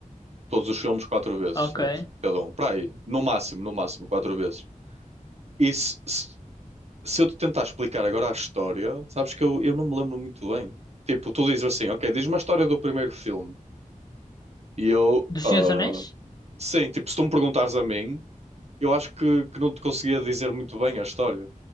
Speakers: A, on the right; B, on the left.
A: Todos os filmes quatro vezes,
B: Ok.
A: sabes? Cada um. Para aí, no máximo, no máximo, quatro vezes. E se, se, se eu te tentar explicar agora a história, sabes que eu, eu não me lembro muito bem. Tipo, tu dizes assim, ok, diz-me a história do primeiro filme. E eu,
B: Do Senhor
A: ah,
B: dos Anéis?
A: sim, tipo, se tu me perguntares a mim, eu acho que, que não te conseguia dizer muito bem a história.